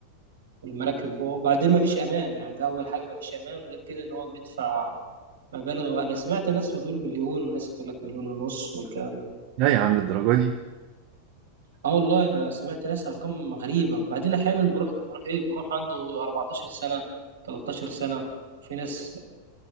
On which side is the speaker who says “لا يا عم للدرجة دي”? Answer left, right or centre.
Right